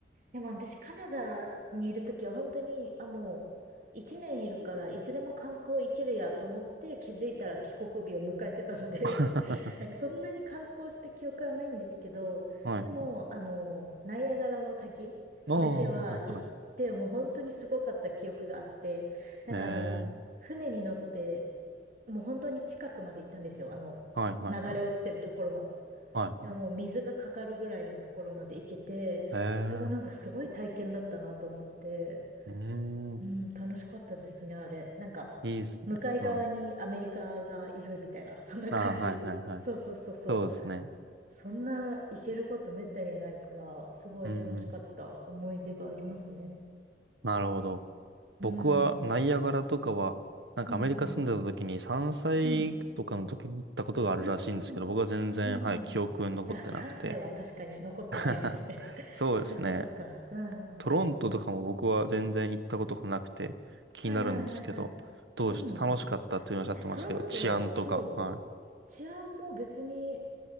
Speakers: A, on the right; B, on the right.
A: でも私、カナダにいるときは本当に、あ、もう、一年いるから、いつでも観光行けるやと思って気づいたら帰国日を迎えてたので
B: <laughs>
A: <laughs> なんかそんなに観光した記憶はないんですけど、
B: はい。
A: でも、あの、ナイアガラの滝だけは行って、
B: おー、はいは
A: もう本当にすごかった記憶があって、なんかあの、
B: い。え
A: 船に乗って、もう本当に近くまで行ったんですよ。あの、
B: ー、はいはいはい。
A: 流れ落ちてるところの。
B: はいはい。
A: でももう水がかかるぐらいのところまで行けて、
B: え
A: それがなんかすごい体験だったなと思って、
B: ー、うーん、
A: うん、楽しかったですね、あれ。なんか、
B: いいですね。
A: 向かい側にアメリカがいるみたいな、
B: うん。あ
A: <laughs> そんな感じ。
B: ー、はいはいはい。
A: そうそうそうそう。
B: そうですね。
A: そんな行けることめったにないから、すごい楽しかった思い出がありますね。
B: うん、なるほど。
A: うん。
B: 僕はナイアガラとかは、なんかアメリカ住んでた時に3歳とかの時に行ったことがあるらしいんですけど、
A: うん、うん、うん、うん、
B: 僕は全然、
A: うん、
B: はい、記憶に残ってなくて。
A: うん。いや、3歳は確かに残ってないですね。
B: <laughs>
A: <laughs>
B: そうですね。
A: そっかそっか。うん、うん、
B: トロントとかも僕は全然行ったことがなくて気になるんですけど、
A: うん。はいはいはいはい。
B: どうして楽しかったっていうのをおっしゃってましたけど、
A: うん。え、トロント、
B: 治安とか、
A: そう。
B: はい。
A: 治安も別に、